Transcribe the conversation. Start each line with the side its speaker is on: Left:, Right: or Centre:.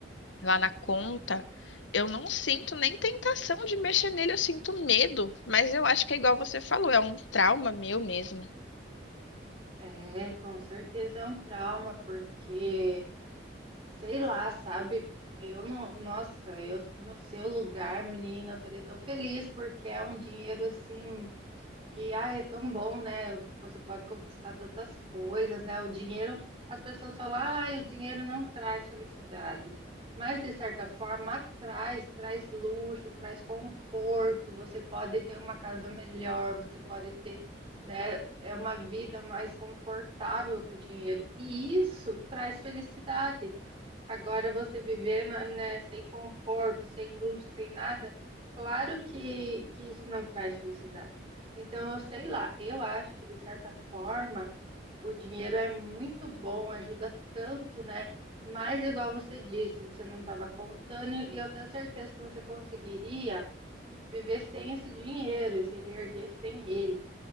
Left: lá na conta, eu não sinto nem tentação de mexer nele, eu sinto medo, mas eu acho que é igual você falou, é um trauma meu mesmo.
Right: É, com certeza é um trauma, porque, sei lá, sabe? Eu não, nossa, eu no seu lugar, menina, eu estaria tão feliz, porque é um dinheiro assim que ah, é tão bom, né? Você pode conquistar tantas coisas, né? O dinheiro, as pessoas falam, ah, o dinheiro não traz felicidade, mas de certa forma traz, traz luxo, traz conforto. Você pode ter uma casa melhor, você pode ter, né? É uma vida mais confortável com o dinheiro e isso traz felicidade. Agora você viver na- né, sem conforto, sem luxo, sem nada, claro que, que isso não traz felicidade. Então, eu sei lá, eu acho que de certa forma o dinheiro é muito bom, ajuda tanto, né? Mas, igual você disse, você não estava contando, e eu tenho certeza que você conseguiria viver sem esse dinheiro e se reerguer sem ele.